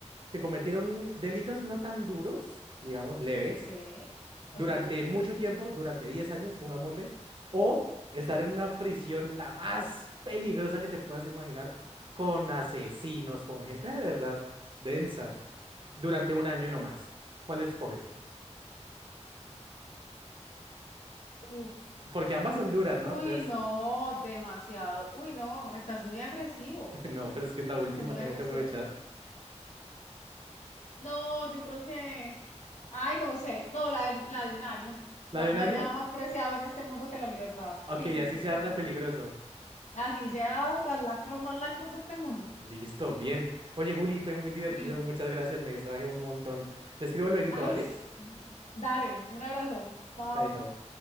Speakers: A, on the right; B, on the left.
A: que cometieron delitos no tan duros, digamos, leves,
B: Ok,
A: durante
B: ok, ok.
A: mucho tiempo, durante 10 años, pongámosle, o estar
B: Sí.
A: en una prisión la más peligrosa que te puedas imaginar, con asesinos, con gente de verdad densa, durante un año nomás? ¿Cuál escoges?
B: U-
A: Porque ambas son duras,
B: uy,
A: ¿no? Entonces,
B: no, demasiado. Uy, no, estás muy agresivo,
A: <laughs> no, pues es que es la última,
B: estás muy
A: tengo
B: agresivo.
A: que aprovechar.
B: No, yo creo que, ay, no sé, no, la de, la de un año.
A: ¿La
B: Na-
A: de un
B: no
A: año?
B: hay nada más preciado en este mundo que la libertad.
A: Ok,
B: Sí, sí,
A: así
B: sí,
A: sea
B: sí,
A: re
B: la de
A: peligroso.
B: un año. Así sea las lacras más lacras de este mundo.
A: Listo,
B: Sí.
A: bien. Oye, Juli, fue muy divertido.
B: Bueno,
A: Muchas gracias, me distraje un montón. Te escribo lueguito,
B: ay,
A: ¿vale?
B: sí. Dale, un abrazo. Chao.
A: Chaito.